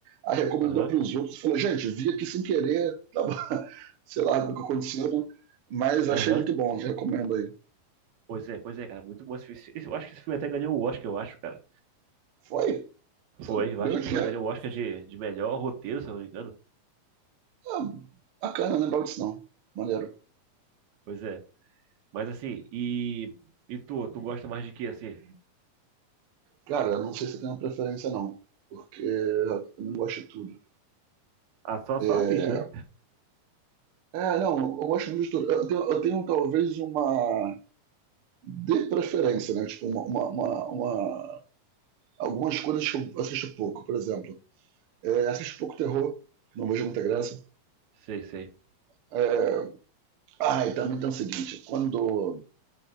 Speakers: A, on the right; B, on the right.
A: aí recomendou
B: Aham,
A: para os outros, falou, gente, vi aqui sem querer, tava, <laughs> sei lá o que aconteceu, né? mas achei
B: aham.
A: muito bom, recomendo aí.
B: Pois é, pois é, cara, muito bom esse filme. Esse- Eu acho que esse filme até ganhou o Oscar, eu acho, cara.
A: Foi,
B: Foi, eu
A: ganhou
B: acho que
A: dinheiro.
B: foi, ganhou o Oscar de, de melhor roteiro, se eu não me engano.
A: Ah, bacana, não lembrava disso não, maneiro.
B: Pois é. Mas assim, e, e tu, tu gosta mais de quê, assim?
A: Cara, eu não sei se eu tenho uma preferência não, porque eu não gosto de tudo.
B: Ah, só,
A: É,
B: só a ficha, né?
A: é, não, eu gosto muito de tudo. Eu tenho, eu tenho talvez uma de preferência, né? Tipo, uma, uma, uma- uma- algumas coisas que eu assisto pouco, por exemplo. É, assisto pouco terror, não vejo muita graça.
B: Hum, sei, sei.
A: É... Ah, e também tem o seguinte: quando